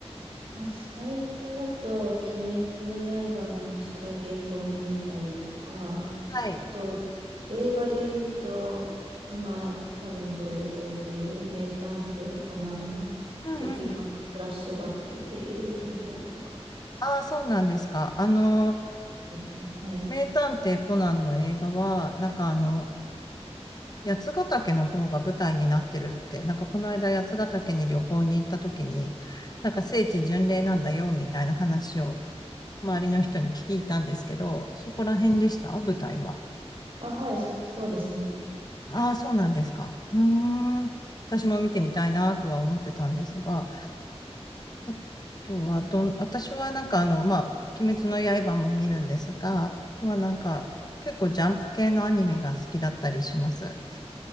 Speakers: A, on the right; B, on the left.
A: まあ、最近だと「鬼滅の刃」の柱稽古編見たりとか、
B: はい。
A: あと映画で言うと今多分上映されている「名探偵コナン」の「赤眼フラッシュバック」っていう映画見たりとか
B: うんうんうん。ああ、そうなんですか。あの、
A: ですね。はい。
B: 名探偵コナンの映画は、なんかあの、八ヶ岳の方が舞台になってるって、なんかこの間八ヶ岳に旅行に行った時に、なんか聖地巡礼なんだよ、みたいな話を周りの人に聞いたんですけど、そこら辺でした舞台は。
A: あ、はい、そ、そうですね。
B: ああ、そうなんですか。うーん。私も見てみたいなとは思ってたんですが、あとはどん、私はなんかあの、まあ、鬼滅の刃も見るんですが、あとはなんか、結構ジャンプ系のアニメが好きだったりします。